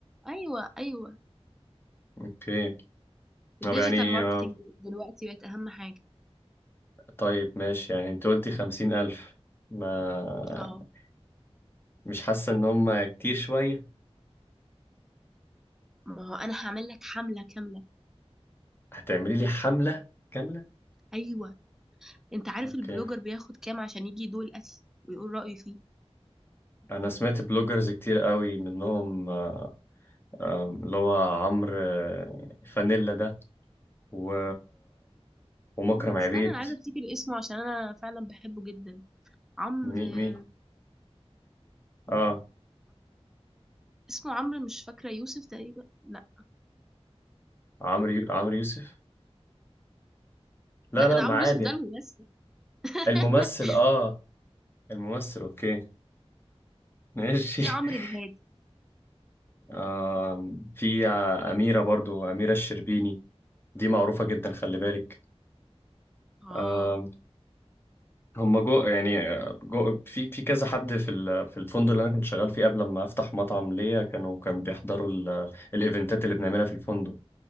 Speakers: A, in the centre; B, on the left (about 20°).
A: ايوه ايوه
B: اوكي طب
A: الديجيتال
B: يعني
A: ماركتنج
B: آه،
A: دلوقتي بقت اهم حاجة
B: طيب ماشي يعني انت قلتي خمسين الف ما
A: اه
B: مش حاسة ان هم كتير شوية
A: ما هو انا هعمل لك حملة كاملة
B: هتعملي لي حملة كاملة
A: ايوه انت عارف
B: اوكي
A: البلوجر بياخد كام عشان يجي يدوق الاكل ويقول رأيه فيه
B: انا سمعت بلوجرز كتير قوي منهم آه، آه، اللي هو عمرو آه، فانيلا ده و ومكرم عبيد
A: استنى انا عايزه افتكر اسمه عشان انا فعلا بحبه جدا عمرو
B: مي مي اه
A: اسمه عمرو مش فاكرة يوسف تقريبا لا
B: عمرو يو- عمرو يوسف لا
A: لا
B: لا
A: ده
B: ما
A: عمرو
B: عادي
A: يوسف ده الممثل <laughs>
B: الممثل اه الممثل اوكي ماشي
A: في عمرو
B: <laughs>
A: الهادي
B: آه في آه، أميرة برضو أميرة الشربيني دي معروفة جدا خلي بالك
A: اه
B: آه هم جو يعني آه، جو في في كذا حد في ال- في الفندق اللي انا كنت شغال فيه قبل ما افتح مطعم ليا كانوا كان بيحضروا ال- الايفنتات اللي بنعملها في الفندق